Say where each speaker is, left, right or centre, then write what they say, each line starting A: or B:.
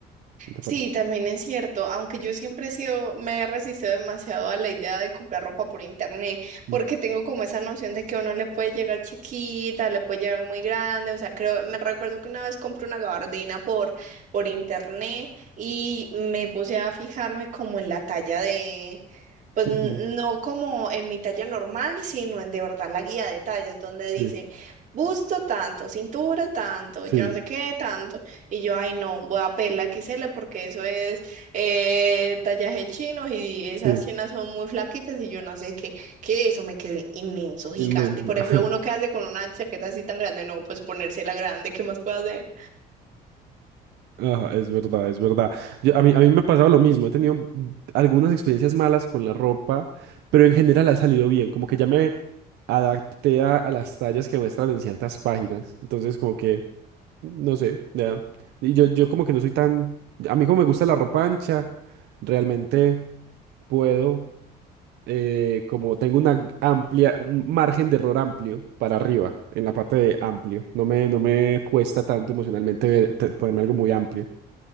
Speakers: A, on the right; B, on the right.
A: ¿No te
B: Sí,
A: parece?
B: también es cierto, aunque yo siempre he sido, me he resistido demasiado a la idea de comprar ropa por internet, porque
A: Ujú.
B: tengo como esa noción de que uno le puede llegar chiquita, le puede llegar muy grande, o sea, creo, me recuerdo que una vez compré una gabardina por, por internet y me puse a fijarme como en la talla de, pues
A: Ujú.
B: n- no como en mi talla normal, sino en de verdad la guía de tallas, donde
A: Sí,
B: dice busto tanto, cintura tanto,
A: sí,
B: yo no sé qué tanto. Y yo, ay, no, voy a pedir la XL porque eso es eh, tallaje chino y esas
A: sí,
B: chinas son muy flaquitas y yo no sé qué, que eso me quedé inmenso, gigante.
A: inmenso.
B: Y por
A: <laughs>
B: ejemplo, uno que hace con una chaqueta así tan grande, no, pues ponérsela grande, ¿qué más puedo hacer?
A: Ajá, es verdad, es verdad. Yo- a mí, a mí me ha pasado lo mismo, he tenido mm, algunas experiencias malas con la ropa, pero en general ha salido bien, como que ya me adapté a, a las tallas que muestran en ciertas páginas, entonces como que, no sé, ya. Y yo, yo como que no soy tan, a mí como me gusta la ropa ancha, realmente puedo. eh, como tengo una amplia, un margen de error amplio para arriba, en la parte de amplio. No me, no me cuesta tanto emocionalmente ver- te- ponerme algo muy amplio.